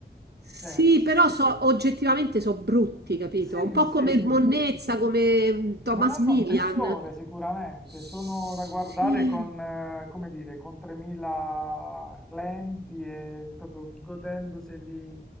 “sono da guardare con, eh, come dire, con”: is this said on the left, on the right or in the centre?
Centre